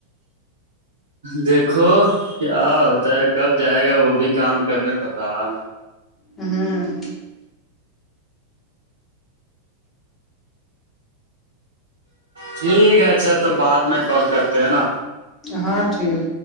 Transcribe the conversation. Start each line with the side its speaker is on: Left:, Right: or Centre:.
Right: دیکھو کیا ہوتا ہے کب جائے گا وہ بھی کام کرنے پتا نہیں
Left: اہممم
Right: ٹھیک ہے اچھا تو بعد میں کال کرتے ہیں نا
Left: ہاں ٹھیک